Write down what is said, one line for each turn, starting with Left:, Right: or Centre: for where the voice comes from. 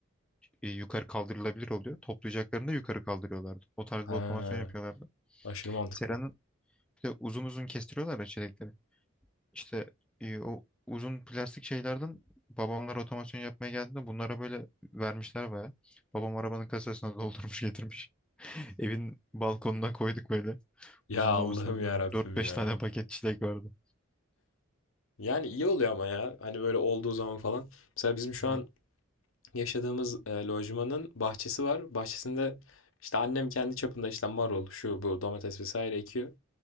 Centre: e, yukarı kaldırılabilir oluyor. Toplayacaklarını da yukarı kaldırıyorlardı. O tarz
Left: Ha.
Centre: bir otomasyon yapıyorlardı.
Left: Aşırı mantıklı.
Centre: Sera'nın bir de uzun uzun kestiriyorlar ya çilekleri. İşte e, o uzun plastik şeylerden babamlar otomasyon yapmaya geldiğinde bunlara böyle vermişler baya. Babam arabanın kasasına doldurmuş getirmiş. <laughs> Evin balkonuna koyduk böyle.
Left: Ya
Centre: Uzunlamasına
Left: Allah'ım ya Rabbim
Centre: dört beş
Left: ya.
Centre: tane paket çilek vardı.
Left: Yani iyi oluyor ama ya. Hani böyle olduğu zaman falan. Mesela bizim şu
Centre: Ne?
Left: an yaşadığımız e, lojmanın bahçesi var. Bahçesinde işte annem kendi çapında işte marul, şu bu domates vesaire ekiyor.